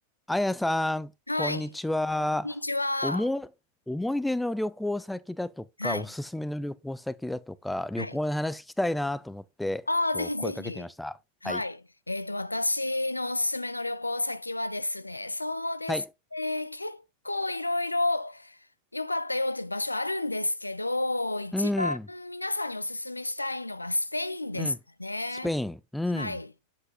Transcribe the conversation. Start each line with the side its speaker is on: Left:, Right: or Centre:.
Centre: あやさん、
Left: はい。
Centre: こんにちは。
Left: こんにちは。
Centre: おも、思い出の旅行先だとか、
Left: はい。
Centre: おすすめの旅行先だとか、旅行の話聞きたいなと思って、
Left: はい。ああ、
Centre: ちょっと声かけてみました。
Left: ぜひぜひ。はい。
Centre: はい。
Left: えっと、私のおすすめの旅行先はですね、そうですね、
Centre: はい。
Left: 結構いろいろ良かったよっていう場所あるんですけど、一番皆さんにおすすめしたいのがスペインですかね。
Centre: うん。うん。スペイン。うん。
Left: はい。